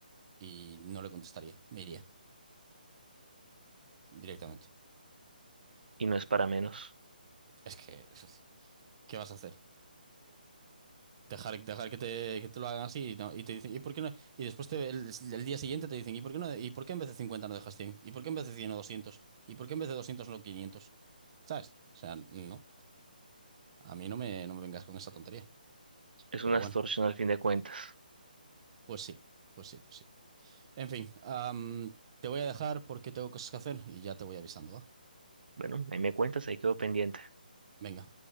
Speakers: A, on the right; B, on the right.
A: y no le contestaría. Me iría directamente.
B: Y no es para menos.
A: Es que, <laughs> ¿qué vas a hacer? Dejar, dejar que te, que te lo hagan así y, no- y te dicen, ¿y por qué no? Y después te- el, el día siguiente te dicen, ¿y por qué no? ¿Y por qué en vez de 50 no dejas cien ¿Y por qué en vez de 100 o doscientos ¿Y por qué en vez de 200 no quinientos ¿Sabes? O sea, no. A mí no me, no me vengas con esa tontería.
B: Es
A: Pero
B: una extorsión
A: bueno,
B: al fin de cuentas.
A: pues sí, pues sí, pues sí. En fin, am, te voy a dejar porque tengo cosas que hacer y ya te voy avisando, ¿va?
B: Bueno, ahí me cuentas, ahí quedo pendiente.
A: Venga.